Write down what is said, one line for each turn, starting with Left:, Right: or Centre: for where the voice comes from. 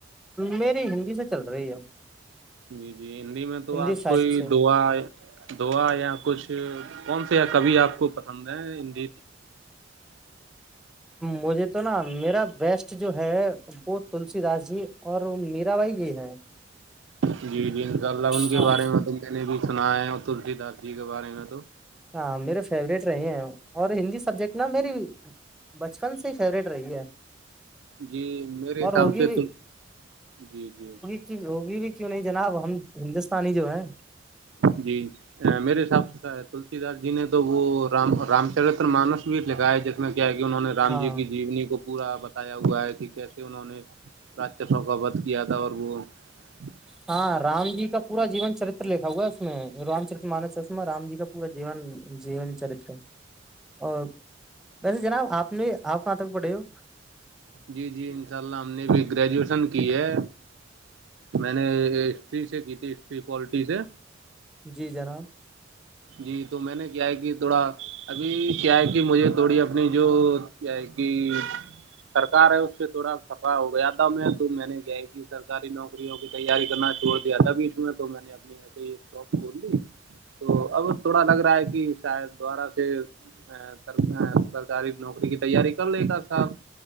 Centre: میری ہندی سے چل رہی ہے
Right: جی جی ہندی میں تو
Centre: ہندی
Right: آپ
Centre: سائٹ
Right: کوئی
Centre: سے
Right: دعا دھوا یا کچھ کون سے کوئی آپ کو پسند ہیں ہڈی
Centre: مجھے تو نا میرا بیسٹ جو ہے وہ تلسی داس جی اور میرا بائی یہ ہے
Right: جی جی انشاء اللہ ان کے
Centre: ہاں
Right: بارے میں تو میں نے بھی سنایا ہے تلسی دس جی کے بارے میں تو
Centre: ہاں میرے فیوریٹ رہے ہیں اور ہندی سبجیکٹ نا میری بچپن سے ہی فیوریٹ رہی ہے
Right: جی میرے
Centre: اور
Right: حساب
Centre: ہوگی
Right: سے تو جی جی
Centre: وہ ہوگی بھی کیوں نہیں جناب ہم ہندوستانی جو ہے
Right: جی میرے حساب سے کیا ہے تلسی دس جی نے تو وہ رام رام چرتر مانس بھی لکھا جیس میں کیا کہ انہوں نے رام
Centre: ہاں
Right: جی کی جیونی کو پورا بتایا ہوا ہے کہ کیسے انہوں نے رکشاسو کاا ود کیا تھا اور وہ <unintelligible>
Centre: ہاں رام جی کا پورا جیون چرتر لکھا ہوا ہے اس میں رام چرت مانس اس میں رام جی کا پورا جیون جیون چرتر اور ویسے جناب آپ نے آپ کہاں تک پڑے ہو
Right: جی جی انشاء اللہ ہم نے بھی گریجویشن کی ہے میں نے ہسٹری سے کی تھی ہٹری پالٹی سے
Centre: جی جناب
Right: جی تو میں نے کیا ہے کہ تھوڑا ابھی کیا ہے کہ مجھے تھوڑی اپنی جو کیا ہے کہ سرکار ہے اس سے تھوڑا کفا ہو گیا تھا میں تو میں نے کیا ھی کی سرکاری نوکریوں کی تیاری کرنا چھوڑ دیا تھا بیچ میں تو میں نے اپنی ایک شپ کھول لی تو اب تھوڑا لگ رہا ہے کہ شاید دوبارہ سے سر سرکاری نوکری کی تیاری کر لے ایک ات سال